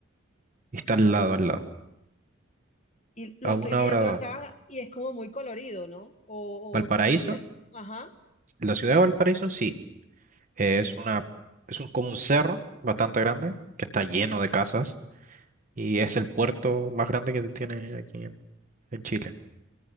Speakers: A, on the right (about 40°); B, on the left (about 35°).
A: y está al lado, al lado.
B: Y lo
A: A
B: estoy
A: una
B: viendo
A: hora,
B: acá
A: va.
B: y es como muy colorido, ¿no? O,
A: Valparaíso,
B: o tú me dirás, ajá,
A: la ciudad de Valparaíso, sí, eh, es una, es un, como un cerro bastante grande, que está lleno de casas, y es el puerto más grande que tiene aquí en, en Chile.